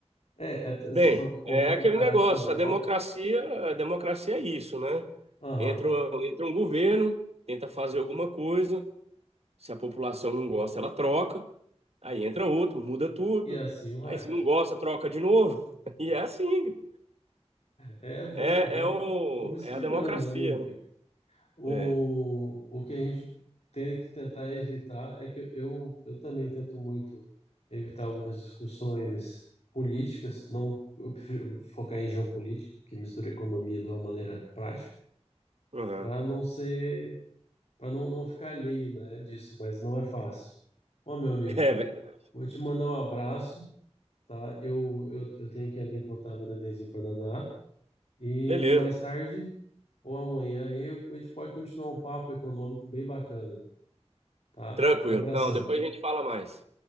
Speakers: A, on the left; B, on the right.
A: É, é, t-
B: Bem,
A: se você for contar,
B: é
A: comparar
B: aquele negócio,
A: com a Europa,
B: a democracia, a democracia é isso, né?
A: aham,
B: Entra, um- entra um governo, tenta fazer alguma coisa, se a população não gosta, ela troca, aí entra outro, muda tudo,
A: e assim vai.
B: aí se não gosta, troca de novo, <laughs> e é assim.
A: É, vamos,
B: É,
A: vamos,
B: é, o,
A: vamos esperando,
B: é a democracia,
A: né, meu amigo?
B: né?
A: O,
B: É,
A: o que a gente tem que tentar evitar é que eu, eu também tento muito evitar algumas discussões políticas, não, eu prefiro focar em geopolítica, que mistura economia de uma maneira prática,
B: uhum.
A: para não ser, para não, não ficar alheio, né, disso, mas não é fácil. ó, meu amigo.
B: É verdade.
A: Vou te mandar um abraço, tá? Eu, eu, eu tenho que ali botar meu nenenzinho para danar. E
B: Beleza.
A: mais tarde ou amanhã aí, a gente pode continuar um papo econômico bem bacana, tá?
B: Tranquilo.
A: Um abração.
B: Não, depois a gente fala mais.